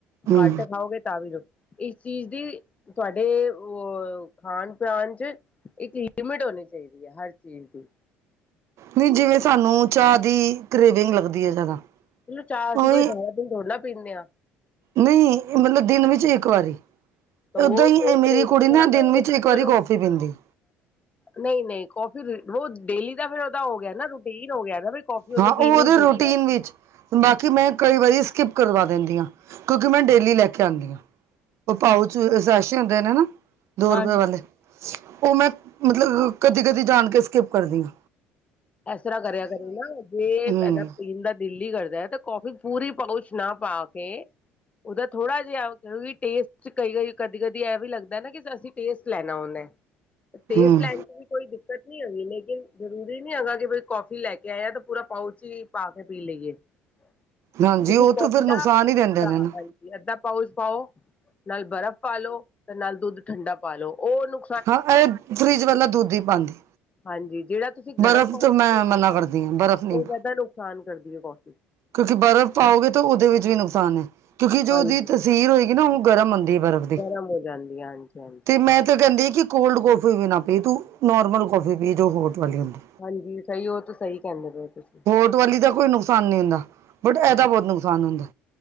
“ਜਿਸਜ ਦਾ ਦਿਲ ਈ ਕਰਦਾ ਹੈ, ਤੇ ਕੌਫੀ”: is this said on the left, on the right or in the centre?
Left